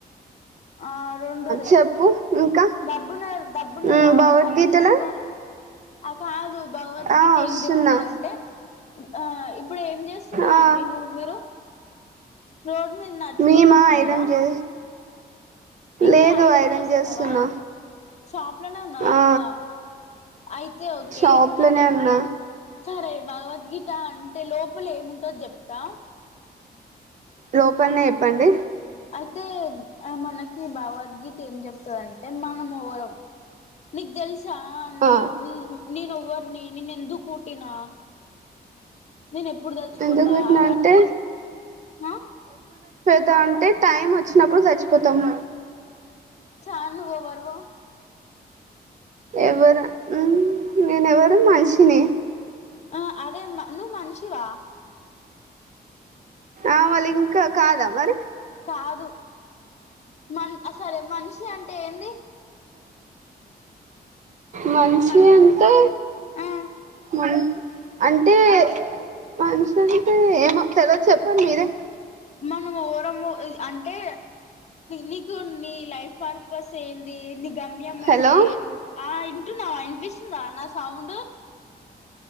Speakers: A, on the left; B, on the right.
A: ఆ రెండుదే
B: చెప్పు ఇంకా
A: డబ్బున్న డబ్బున్న
B: మ్
A: రావాల
B: భగవద్గీతలో
A: సబ్బు తీసుకొని ఆ కాదు భగవద్గీత
B: ఆ వస్తున్నా
A: ఏం చెప్తందంటే ఆ ఇప్పుడు ఏం చేస్తున్నావ్
B: ఆ
A: అండి నువ్వు మీరు రోడ్ మీరు నడుచుకుంటూ
B: మేమా
A: వస్తున్నారా
B: ఐరన్ చే
A: ఇంకా
B: లేదు
A: ఐరన్ చేస్తున్నావ
B: చేస్తున్నా
A: షాప్లోనే ఉన్నావాా
B: ఆ
A: ఇంకా అయితే ఓకే
B: షాప్
A: ఇప్పుడు నేను
B: లోనే
A: చెప్తాను
B: ఉన్నా
A: సరే భగవద్గీత అంటే లోపలే ఏముంటుందో చెప్తా కుత
B: లోపలనే చెప్పండి
A: అయితే మనకి భగవద్గీత ఏం చెప్తుందింటే మనం రో నీకు తెలుసు చా అండి
B: ఆ
A: నేను ఎవ్వరిని నిన్న ఎందుకు కుట్టినా నేను ఎప్పుడు చచ్చిపోతా
B: ఎందుకు పెట్టినా
A: అవన్నీ
B: అంటే
A: ఆ
B: త అంటే టైం వచ్చినప్పుడు చచ్చిపోతాము
A: అనువ వర్వ
B: ఎవరు నన ఎవరు మనుషిన
A: ఆ అదే నువవు మనుషివా
B: ఆ మలింగ్ కాదా మరి
A: కాదు మన్ సరే మనిషి అంటే ఏంది
B: మంచి
A: హలో
B: అంతే
A: ఆ
B: మ అంటే మనిషంటే ఏమో తెలవాదు చెప్పండి మీరే
A: మనం ఓరం అంటే నీకు నీ లైఫ్ పర్పస్ ఏంది నీ గమ్యం
B: హలో
A: అంటే ఆ వింటున్నావు వినిపిస్తుందా నా సౌండ్